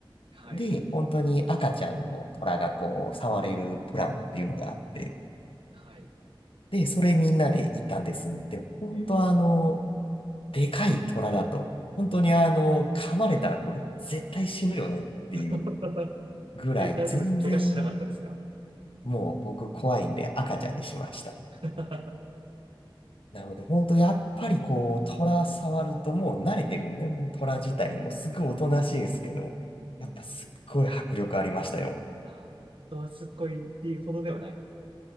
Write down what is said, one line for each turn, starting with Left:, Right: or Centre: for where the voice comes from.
Right: はい。
Left: で、本当に赤ちゃんの虎がこう、触れるプランっていうのがあって、
Right: はい。
Left: で、それみんなで行ったんです。でも、本当あの、
Right: えー、
Left: でかい虎だと、本当にあの、噛まれたらこれ絶対死ぬよねっていう
Right: <laughs>
Left: ぐらい、
Right: え、大丈夫です。
Left: 全然、
Right: 怪我しなかったですか
Left: もう僕怖いんで赤ちゃんにしました。
Right: <laughs> う
Left: なので、本当やっぱりこう、虎触るともう慣れてるんで、もう虎自体もすごいおとなしいんですけど、
Right: ーん。うーん
Left: やっぱすっごい迫力ありましたよ。
Right: ああ、人はすっごいっていうほどではない。